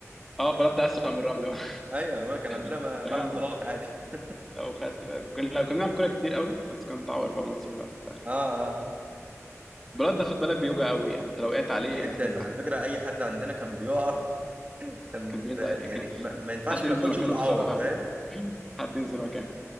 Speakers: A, in the centre; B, on the right.
A: اه بلد ده اسوأ من الرمل بقى.
B: ايوه أنا بقولك كان عندنا
A: <laughs> فاهم
B: م- ملعب بلاط عادي <laughs>
A: لو خدت بالك. كنا لو كنا بنلعب كوره كتير قوي بس كان متعور بقى معظم الوقت أنت عارف.
B: اه اه
A: البلد ده خد بالك بيوجع قوي يعني انت لو وقعت عليه
B: جدا
A: هتزعل
B: على فكره اي حد عندنا كان بيقع كان
A: كان بيزعل
B: ب...
A: يعني
B: يعني
A: كان
B: ما... ما ينفعش
A: حد
B: ما
A: ينزل
B: يكونش
A: مكانه
B: متعور
A: بسرعه
B: فاهم
A: <laughs> حد ينزل مكانه